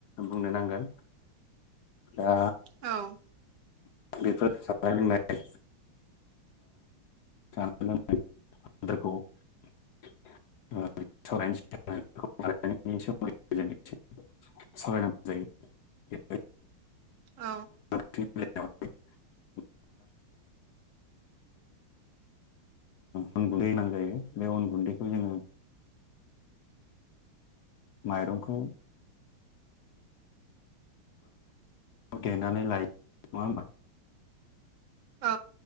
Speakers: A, on the left; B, on the right.
A: बुंनो नांगोन दा
B: औ औ
A: बेफोर जानाय लोंनाय जानो लोंनायखौ <unintelligible> <unintelligible> अनला
B: औ
A: ओंख्रिनि बेलायाव <unintelligible> अन गुन्दै <unintelligible> जायो बे अन गुन्दैखौ जोङो माइरंखौ देनानै लायो नङा होमबा
B: औ